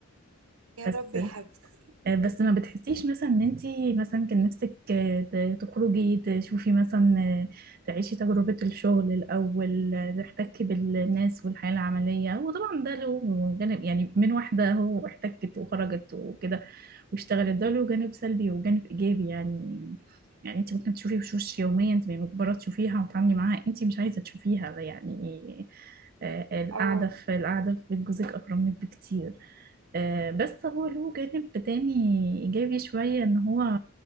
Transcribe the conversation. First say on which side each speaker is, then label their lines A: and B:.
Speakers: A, on the right; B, on the right.
A: يا
B: بس
A: رب يا حبيبتي
B: آه، بس ما بتحسيش مثلا ان انتي مثلا كان نفسك آه، ت- تخرجي تشوفي مثلا آه، تعيشي تجربة الشغل الأول آه، تحتكي بالناس والحياة العملية وطبعا ده له جانب يعني من واحدة هو احتكت وخرجت وكده واشتغلت ده له جانب سلبي وجانب إيجابي يعني يعني انتي ممكن تشوفي وشوش يومية انت مجبرة تشوفيها وتتعاملي معاها انتي مش عايزة تشوفيها يعني آه، آه، القعدة
A: اه
B: في القعدة في بيت جوزك أكرم لك بكتير آه، بس هو له جانب تاني إيجابي شوية إن هو